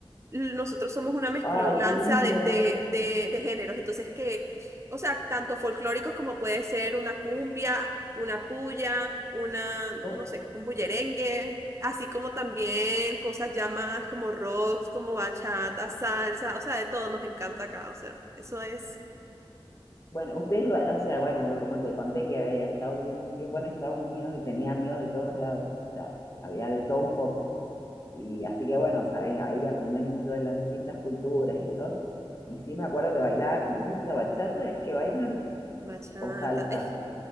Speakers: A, on the right; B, on the left.
A: nosotros somos una mezcolanza
B: Ay, qué lindo.
A: de, de, de, de géneros, entonces que, o sea, tanto folclóricos como puede ser una cumbia, una puya, una,
B: ¿Cómo?
A: no sé, un bullerengue, así como también cosas ya más como rocks, como bachata, salsa, o sea, de todo nos encanta acá, o sea, eso es
B: Bueno, ustedes, va- o sea, bueno, yo como te conté que había estado viviendo un tiempo en Estados Unidos y tenía amigos de todos lados, o sea, había de todo un poco. Y así que bueno, sabes, ahí aprendí mucho de las distintas culturas y todo. Y sí me acuerdo que bailaban mucha bachata, es que bailan,
A: bachata.
B: o salsa.
A: Eh,